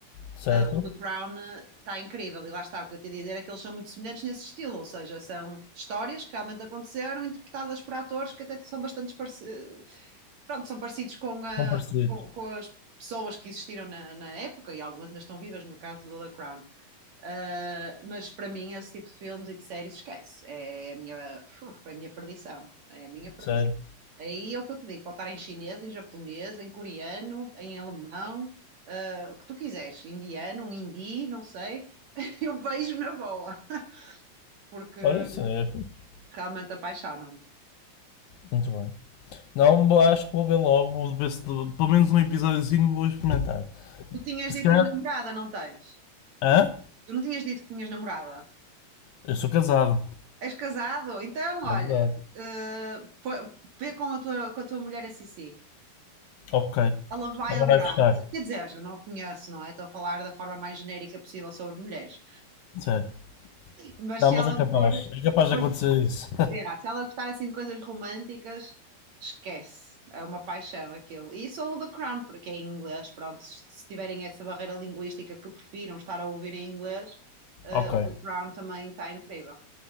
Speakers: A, on the left; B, on the right.
A: certo?
B: uh, o The Crown está incrível. E lá está, o que eu te ia dizer é que eles são muito semelhantes nesse estilo, ou seja, são histórias que realmente aconteceram, interpretadas por atores que até são bastante parecidos, pronto, são parecidos com, a,
A: Não parecidos,
B: com, com as pessoas que existiram na, na época e algumas ainda estão vivas, no caso do The Crown. Uh, mas para mim, esse tipo de filmes e de séries, esquece. É a minha, uf, é a minha perdição. É a minha perdição.
A: sério.
B: Aí é o que eu te digo: pode estar em chinês, em japonês, em coreano, em alemão, uh, o que tu quiseres. Indiano, um hindi, não sei. <laughs> Eu vejo na boa, porque
A: Olha, isso é fixe.
B: realmente apaixono-me.
A: muito bem. Não, bo- acho que vou ver logo, vou ver se pelo menos um episódiozinho vou experimentar.
B: Tu tinhas
A: Se
B: dito
A: calhar.
B: que tens namorada, não tens?
A: Hã?
B: Tu não tinhas dito que tinhas namorada?
A: Eu sou casado.
B: És casado? Então, olha,
A: É verdade.
B: uh, foi- vê com a tua, com a tua mulher a Sissi.
A: Ok.
B: Ela vai
A: Agora
B: adorar.
A: vai gostar.
B: Quer dizer, eu não a conheço, não é? Estou a falar da forma mais genérica possível sobre mulheres.
A: Certo.
B: Mas
A: Não,
B: se
A: mas
B: ela
A: é capaz.
B: for,
A: É capaz
B: for-
A: de acontecer isso.
B: yeah, se ela gostar assim de coisas românticas, esquece. É uma paixão aquilo. E só o The Crown, porque é em inglês, pronto. Se se tiverem essa barreira linguística que prefiram estar a ouvir em inglês,
A: <laughs>
B: eh,
A: ok,
B: o The Crown também está incrível.